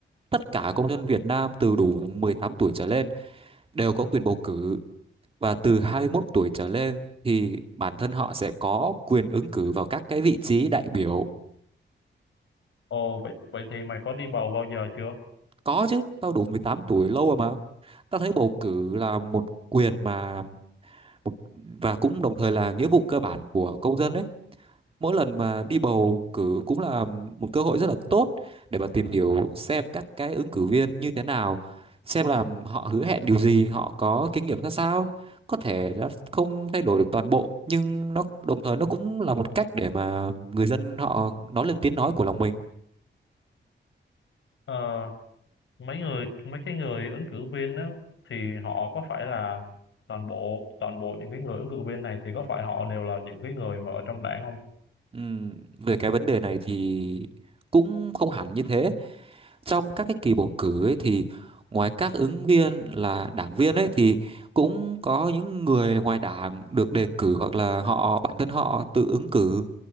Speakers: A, on the right; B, on the left.
A: Tất cả công dân Việt Nam từ đủ 18 tuổi trở lên đều có quyền bầu cử và từ 21 tuổi trở lên thì bản thân họ sẽ có quyền ứng cử vào các cái vị trí đại biểu.
B: Ồ, vậy, vậy thì mày có đi bầu bao giờ chưa?
A: Có chứ, tao đủ 18 tuổi lâu rồi mà. Tao thấy bầu cử là một quyền mà Một- và cũng đồng thời là nghĩa vụ cơ bản của công dân ấy mỗi lần mà đi bầu cử cũng là một cơ hội rất là tốt để mà tìm hiểu xem các cái ứng cử viên như thế nào xem là họ hứa hẹn điều gì họ có kinh nghiệm ra sao có thể nó không thay đổi được toàn bộ nhưng nó đồng thời nó cũng là một cách để mà người dân họ nói lên tiếng nói của lòng mình
B: Ờ, mấy người, mấy cái người ứng cử viên á, thì họ có phải là toàn bộ, toàn bộ những cái người ứng cử viên này thì có phải họ đều là những cái người mà ở trong đảng không?
A: Ừm, về cái vấn đề này thì cũng không hẳn như thế trong các cái kỳ bầu cử ấy thì ngoài các ứng viên là đảng viên ấy thì cũng có những người ngoài đảng được đề cử hoặc là họ bản thân họ tự ứng cử.